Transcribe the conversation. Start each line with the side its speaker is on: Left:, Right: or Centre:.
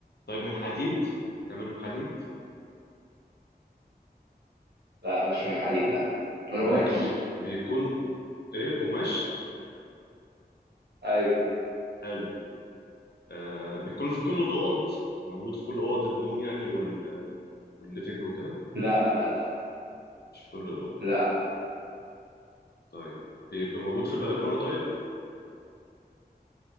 Left: طيب من حديد تعمل من حديد
Right: لا مش من حديد لا من
Left: مم.
Right: قماش
Left: طب بي- بيكون ايه قماش
Right: أيوه
Left: حلو آه بيكون في كل الاوض موجود في كل اوض النوم يعني وال... والليفنج وكده
Right: لا لا لا
Left: مش في كل الاوض
Right: لا
Left: طيب بيكون موجود في البلكونه طيب